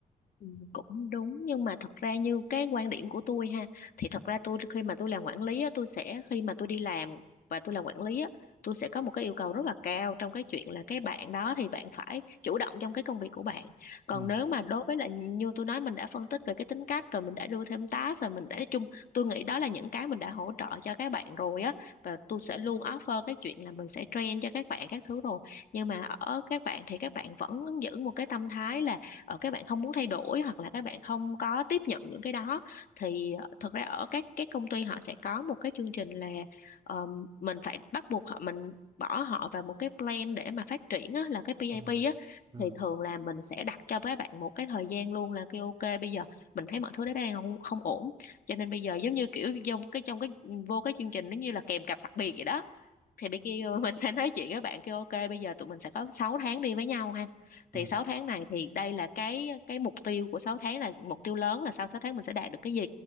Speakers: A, on the left; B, on the right.
A: Ừ, cũng đúng nhưng mà thật ra như cái quan điểm của tôi ha thì thật ra tôi khi mà tôi làm quản lý á, tôi sẽ khi mà tôi đi làm và tôi làm quản lý á tôi sẽ có một cái yêu cầu rất là cao trong cái chuyện là cái bạn đó thì bạn phải chủ động trong cái công việc của bạn còn
B: Ừ.
A: nếu mà đối với là như tôi nói mình đã phân tích về cái tính cách rồi mình đã đưa thêm task rồi mình đã nói chung tôi nghĩ đó là những cái mình đã hỗ trợ cho các bạn rồi á và tôi sẽ luôn offer cái chuyện là mình sẽ train cho các bạn các thứ rồi nhưng mà ở các bạn thì các bạn vẫn giữ một cái tâm thái là ờ, các bạn không muốn thay đổi hoặc là các bạn không có tiếp nhận những cái đó thì ờ, thật ra ở các các công ty họ sẽ có một cái chương trình là ờ, mình phải bắt buộc họ mình bỏ họ vào một cái plan để mà phát triển á, là cái PAP
B: Ừ.
A: á
B: Ừ.
A: thì thường là mình sẽ đặt cho các bạn một cái thời gian luôn là kêu ok bây giờ mình thấy mọi thứ đó đang không, không ổn cho nên bây giờ giống như kiểu trong cái trong cái vô cái chương trình nó như là kèm cặp đặc biệt vậy đó thì bị kêu <laughs> mình phải nói chuyện với bạn kêu ok bây giờ tụi mình sẽ có 6 tháng đi với nhau ha thì
B: Ừ.
A: 6 tháng này thì đây là cái cái mục tiêu của sáu tháng là mục tiêu lớn là sau 6 tháng mình sẽ đạt được cái gì